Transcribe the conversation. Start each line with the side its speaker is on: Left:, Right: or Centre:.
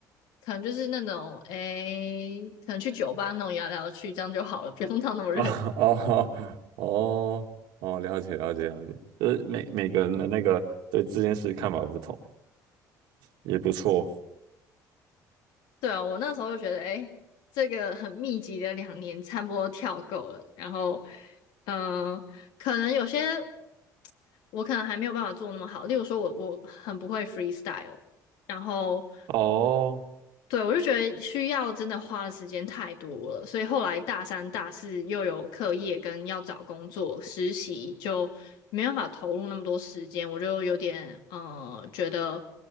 Left: 可能就是那种，诶，可能去酒吧那种摇来摇去，这样就好了，不用到那么认。
Right: <laughs> 啊，哦，哦，哦，了解，了解，了解，呃，每每个人的那个对这件事看法不同，也不错。
Left: 对啊，我那时候就觉得，诶，这个很密集的两年差不多跳够了，然后，嗯、可能有些我可能还没有办法做那么好，例如说我我很不会 freestyle，然后。
Right: 哦，
Left: 对，我就觉得需要真的花的时间太多了，所以后来大三、大四又有课业跟要找工作、实习，就没办法投入那么多时间，我就有点呃觉得